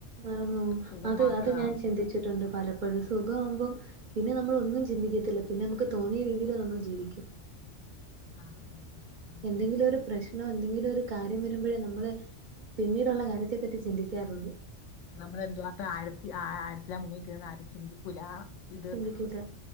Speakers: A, on the right; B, on the left.
A: മറന്ന് പോവും
B: സുഖം
A: അത്
B: മാത്രം
A: അത് ഞാൻ
B: ആഹ്
A: ചിന്തിച്ചിട്ടുണ്ട് പലപ്പഴും സുഖാവുമ്പോ പിന്നെ നമ്മളൊന്നും ചിന്തിക്കത്തില്ല. പിന്നെമ്മക്ക് തോന്നിയ രീതില് നമ്മള് ജീവിക്കും.
B: ആഹ് <inaudible>
A: എന്തെങ്കിലും
B: ജീവി-
A: ഒരു
B: ജീവി-
A: പ്രശ്നോ എന്തെങ്കിലൊരു കാര്യം വരുമ്പഴേ നമ്മള് പിന്നീടൊള്ള കാര്യത്തെ പറ്റി ചിന്തിക്കാറുള്ളു.
B: നമ്മളെന്തുവാത്ര ആഴത്തി ആഴത്തില മുങ്ങിനിക്ക്ണ്ന്ന് ആരും ചിന്തികൂലാ. ഇത്
A: ചിന്തിക്കൂല.